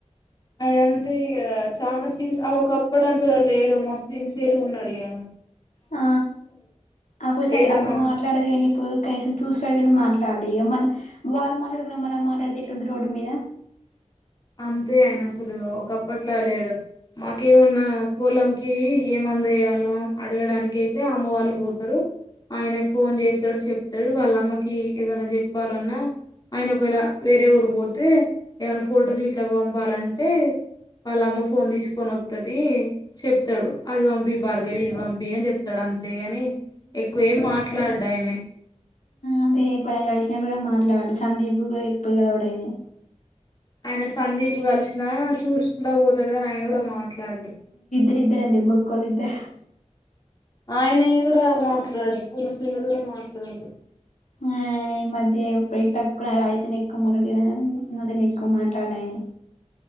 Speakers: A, on the left (about 35°); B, on the left (about 80°).
A: ఆయన అంతే ఇక చాలా చిన్ ఒకప్పుడు అంత లేడు మస్తు చిన్సరి ఉన్నాడు ఇక
B: ఆ అప్పుడు సరే
A: ఏదన్నా
B: అప్పుడు మాట్లాడేది కానీ ఇప్పుడు కనీసం చూస్తాడు కానీ మాట్లా మాట్లాడ ఇక మన వాళ్ళు మాట్లాడుకున్న మన మాట్లాడితే ఎట్లాంట రోడ్డు మీద
A: అంతే ఆయన అసలు ఒకప్పట్లా లేడు మాకేమున్నా పొలంకి ఏమ ంద వయాలను అడగడానికి అయితే అమ్మ వాళ్ళు పోతారు ఆయనే ఫోన్ చేస్తాడు చెప్తాడు వాళ్ళమ్మకి ఏదన్నా చెప్పాలన్నా ఆయన ఒకవేళ వేరే ఊరి పోతే ఏమైనా ఫొటోస్ ఇట్లా పంపాలంటే వాళ్ళమ్మ ఫోన్ తీసుకొని వస్తుది చెప్తాడు అది పంపి భార్గవి ఇది పంపి అని చెప్తాడు అంతే గాని ఎక్కువ ఏమి మాట్లాడ్డాయనే
B: అదేప్పుడుడే కళినప్పు మరిలా సందీప్ గు ఇప్పుగా అడను
A: ఆయన సందీప్ కలిసినా చూసుకుంటడా పోతాడు అని ఆయన కూడా మాట్లాడుడు
B: ద్దర అం దిబ్బకులుద్దరు
A: ఆయన కూడా మాట్లాడు పూర్నసేన గ మాట్లాడు
B: ఆ ఈ మధ్య ఎప్పుే తక్కున రాజ్య న ఎకు మ అ త న ఎకు మాట్లాడ అని